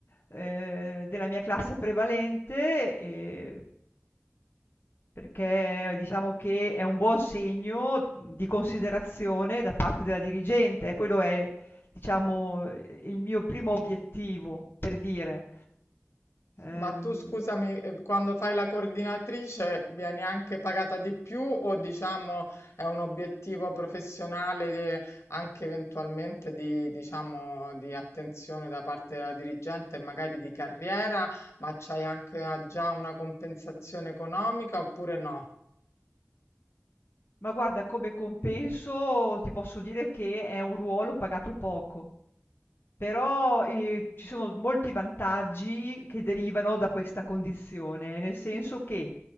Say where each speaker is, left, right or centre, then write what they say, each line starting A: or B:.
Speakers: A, on the left; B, on the left.
A: ehm, della mia classe prevalente e Perché diciamo che è un buon segno di considerazione da parte della dirigente. Quello è, diciamo, ehm, il mio primo obiettivo, per dire. Ehm,
B: Ma tu scusami, eh, quando fai la coordinatrice vieni anche pagata di più o diciamo è un obiettivo professionale de- anche eventualmente di, diciamo, di attenzione da parte della dirigente e magari di carriera, ma c'hai anche ah, già una compensazione economica oppure no?
A: ma guarda, come compenso ti posso dire che è un ruolo pagato poco. Però, ehm, ci sono molti vantaggi che derivano da questa condizione, nel senso che